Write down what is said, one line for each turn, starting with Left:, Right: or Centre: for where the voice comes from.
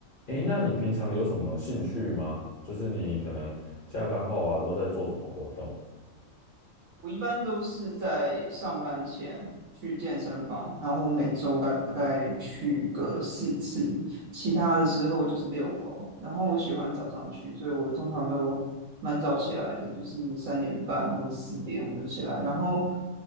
Left: 诶，那你平常有什么兴趣吗？就是你可能下班后啊，都在做什么活动？
Right: 我一般都是在上班前去健身房，然后我每周大概去个四次，其他的时候就是遛狗。然后我喜欢早上去，所以我通常都蛮早起来的，就是三点半或者四点我就起来，然后